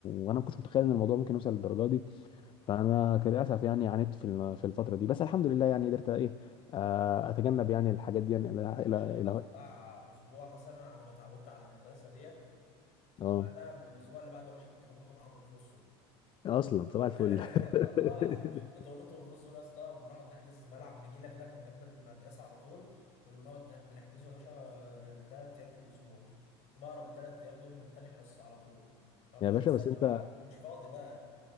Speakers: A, on the left; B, on the left.
A: وانا ما كنتش متخيل ان الموضوع ممكن يوصل للدرجه دي فانا كان للاسف يعني عانيت في ال- في الفتره دي بس الحمد لله يعني قدرت ايه آه، اتجنب يعني الحاجات دي يعني الى
B: يا
A: الى
B: باشا انا خدت بتاع
A: إلى-
B: اسبوع مثلا على ما اتعودت على المدرسه ديت وبعدها
A: اه
B: الاسبوع اللي بعده يا باشا كنت بنط معاهم من فوق السور
A: اصلا صباح الفل
B: <laughs>
A: <laughs>
B: والله العظيم كنت بنط من فوق السور يا اسطى وبنقعد نحجز ملعب نجيله كده كان جنب المدرسه على طول كنا بنقعد نح- بنحجزه يا باشا ثلاث ايام في الاسبوع كنت بهرب الثلاث ايام دول من تاني حصه على طول ما كنتش
A: يا باشا
B: بستنى
A: بس انت
B: بقى مش فاضي بقى